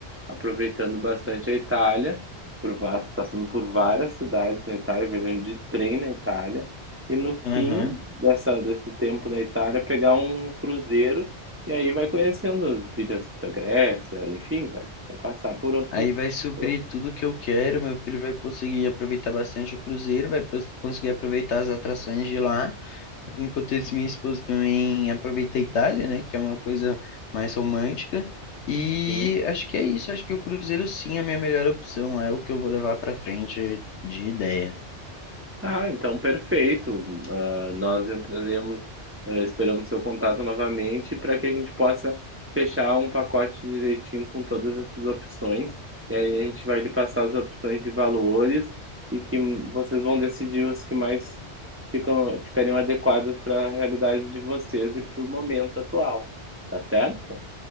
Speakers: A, on the right; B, on the left.
A: aproveitando bastante a Itália, por va passando por várias cidades na Itália, viajando de trem na Itália, e no
B: Aham.
A: fim dessa desse tempo na Itália, pegar um cruzeiro, e aí vai conhecendo as ilhas da Grécia, enfim, vai vai passar por outros
B: Aí vai suprir
A: por
B: tudo que eu quero. Meu filho vai conseguir aproveitar bastante o cruzeiro, vai pros- conseguir aproveitar as atrações de lá. Enquanto isso, minha esposa também aproveita a Itália, né? Que é uma coisa mais romântica. E
A: outros
B: acho que é isso. Acho que o cruzeiro sim é a minha melhor opção. É o que eu vou levar pra frente de ideia.
A: Tá, então perfeito. Ah, nós entraremos, eh, esperamos seu contato novamente para que a gente possa fechar um pacote direitinho com todas essas opções. E aí a gente vai lhe passar as opções de valores e que hum, vocês vão decidir os que mais ficam, ficariam adequadas para a realidade de vocês e para o momento atual. Tá certo?